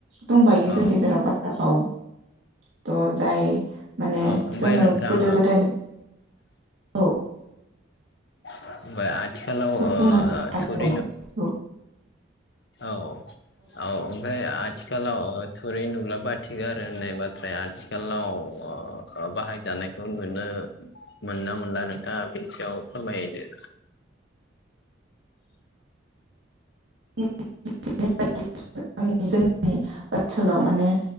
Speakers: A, on the right (about 65°); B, on the left (about 55°).
A: दंबायो जों
B: औ
A: गेजेराव बाथ्रा फाव थ जाय माने
B: औ ओमफ्राय
A: जोङो
B: नोंथां
A: गोदो गोदायनि औ
B: ओमफ्राय आथिखालाव
A: बुंनो हागोन
B: थुरि
A: नामा
B: नुब्ला
A: औ
B: औ। औ ओमफ्राय आथिखालाव आथिखालाव थुरै नुबलाबाय बाथिगारो होननाय बाथ्राया आथिखालाव बाहायजानायखौ नुनो मोनना मोनला नोंथाङा बिनि सायाव फोरमायदो।
A: <unintelligible> जोंनि ओनसोलाव माने